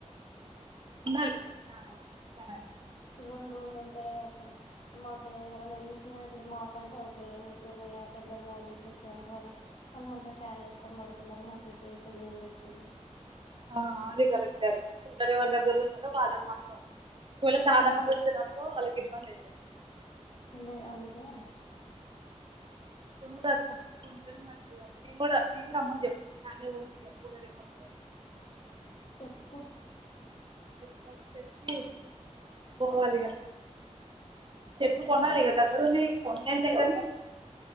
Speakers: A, on the right (about 45°); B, on the left (about 60°).
A: ఉండాలి ఒక ఫ్యానైనా
B: రెండ్రూమ్లు ఉంటాయా అక్కడ మాకు ఎవరైనా చూసిన ఇపుడు మాకంటే ఓకే కానీ ఇప్పుడు మా పెద్దమ్మ వాళ్ళు గిట్ల వచ్చారానుకో వాళ్ళ వాళ్ళు మంచిగ ఫ్యానేసుకొని పడుకున్నరు మాకైతే ఎటు లేందిచ్చిరు
A: ఆ అది కరెక్టె అక్క కూలరే వాళ్ళ దగ్గర ఉన్నారో వాళ్ళకు మాత్రం ఒకవెళ చాలా మంది ఒచ్చిరనుకో వాళ్ళకి ఇబ్బంది ఐతది
B: ఉండే అందుకే
A: కొను దాక్క ఉంటునే మంచిదది నేను గూడా నేన్ గూడా అమ్మక్ జెప్పాలి ఫ్యాన్లే కొన్న గా ఇగ కూలర్ ఎమొద్దే అని
B: చెప్పు
A: చెప్పాలి చెప్పి పోవాలిగ చెప్పు కొనాలి గదా దగ్గరున్నయ్ కొన్లేంలే గనీ